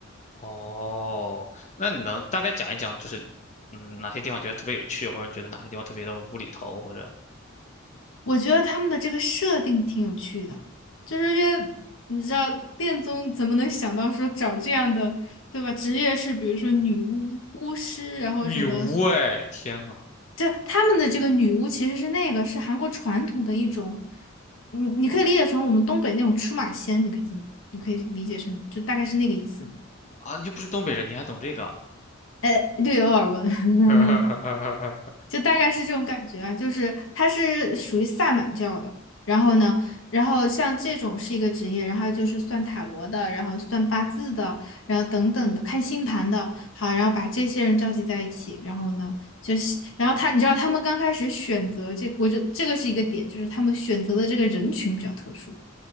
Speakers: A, on the left; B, on the left.
A: 哦，那你能大概讲一讲，就是嗯，哪些地方觉得特别有趣，或者你觉得哪些地方特别的无厘头，或者
B: 我觉得他们的这个设定挺有趣的，就是因为你知道恋综怎么能想到说找这样的，对吧？职业是比如说女巫、巫师，然后什么
A: 女巫？哎，天呐！
B: 就他们的这个女巫其实是那个是韩国传统的一种，你你可以理解成我们东北那种出马仙，你可以怎么？你可以理解成就大概是那个意思。
A: 啊，你又不是东北人，你还懂这个？
B: <laughs> 略有耳闻。<laughs>
A: <laughs>
B: 就大概是这种感觉啊，就是他是属于萨满教的，然后呢，然后像这种是一个职业，然后就是算塔罗的，然后算八字的，然后等等的，看星盘的，好，然后把这些人召集在一起，然后呢，就是然后他，你知道他们刚开始选择这，我就这个是一个点，就是他们选择的这个人群比较特殊。